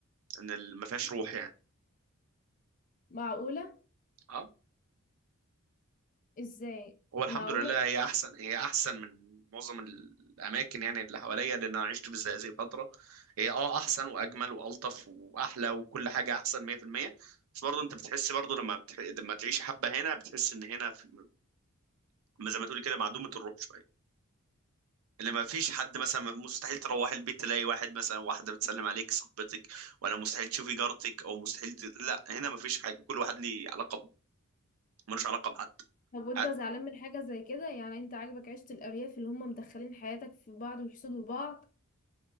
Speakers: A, on the right; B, on the left.
A: ان ال- ما فيهاش روح يعني
B: معقولة
A: اه
B: ازاي
A: هو الحمد
B: معقولة
A: لله هي احسن هي احسن من معظم الاماكن يعني اللي حواليا لان انا عشت في الزقازيق فتره هي اه احسن واجمل والطف واحلى وكل حاجه احسن 100% بس برضه انت بتحس برضه لما بتح... لما تعيش حبه هنا بتحس ان هنا في... زي ما تقول كده معدومه الروح شويه اللي ما فيش حد مثلا مستحيل تروح البيت تلاقي واحد مثلا واحده بتسلم عليك صاحبتك ولا مستحيل تشوفي جارتك او مستحيل ت... لا هنا ما فيش حاجه كل واحد ليه علاقه ب... ملوش علاقه بحد
B: طب وانت
A: عاد-
B: زعلان من حاجة زي كده يعني انت عاجبك عيشة الأرياف اللي هم مدخلين حياتك في بعض ويحسدوا بعض